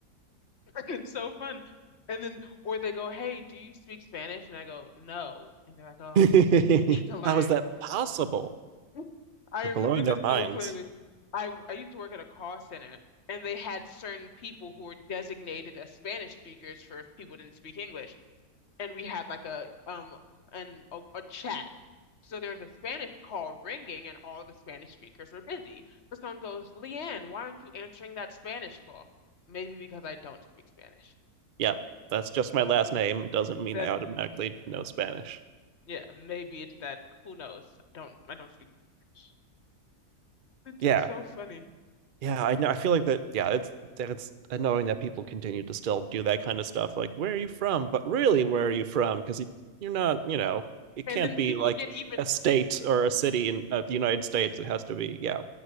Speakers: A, on the left; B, on the right.
A: <laughs> it's so fun. And then or they go, "Hey, do you speak Spanish?" And I go, "No." And they're like, "Oh,
B: <laughs>
A: you need to learn."
B: How is that possible?
A: <laughs> I
B: they
A: remember
B: are blowing
A: this
B: their
A: so
B: minds.
A: clearly. I I used to work at a call center and they had certain people who were designated as Spanish speakers for if people didn't speak English. and we had like a um an a, a chat. So there's a Spanish call ringing, and all the Spanish speakers were busy. So someone goes, "Leanne, why aren't you answering that Spanish call?" Maybe because I don't speak Spanish.
B: Yep, that's just my last name. It doesn't mean
A: That
B: I automatically know Spanish.
A: yeah, maybe it's that. Who knows? I don't I don't speak. Spanish. It,
B: Yeah,
A: it's so funny.
B: yeah, I know. I feel like that. Yeah, it's that it's annoying that people continue to still do that kind of stuff. Like, where are you from? But really, where are you from? Because you're not. You know, it
A: And
B: can't
A: then
B: be
A: people
B: like
A: get even.
B: a state or a city in uh, the United States. It has to be. Yeah,